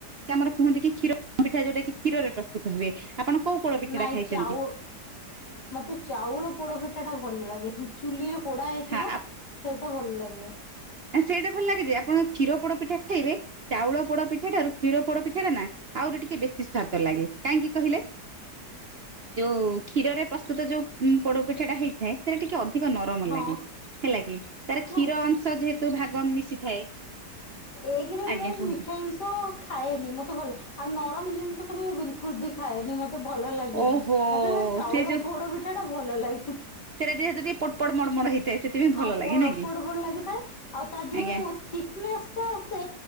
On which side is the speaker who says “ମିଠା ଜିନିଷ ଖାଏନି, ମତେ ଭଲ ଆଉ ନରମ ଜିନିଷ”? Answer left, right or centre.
Left